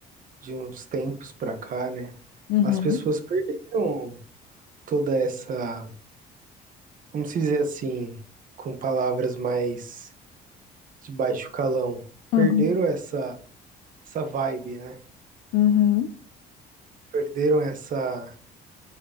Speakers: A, on the right; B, on the left.
A: de uns tempos pra cá, né?
B: uhum,
A: As pessoas perderam toda essa, vamos dizer assim, com palavras mais de baixo calão perderam
B: uhum,
A: essa, essa vibe, né?
B: uhum,
A: Perderam essa,